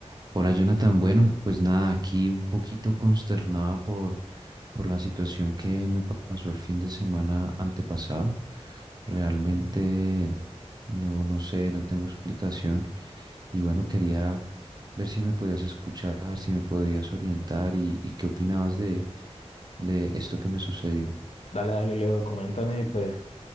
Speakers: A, on the right; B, on the left.
A: Hola Jonathan, bueno, pues nada, aquí un poquito consternada por, por la situación que me pa- pasó el fin de semana antepasado. Realmente
B: Sí.
A: no, no sé, no tengo explicación y bueno, quería ver si me podías escuchar, si me podías orientar y, y qué opinabas de, de esto que me sucedió.
B: Dale, dale, Leo, coméntame y pues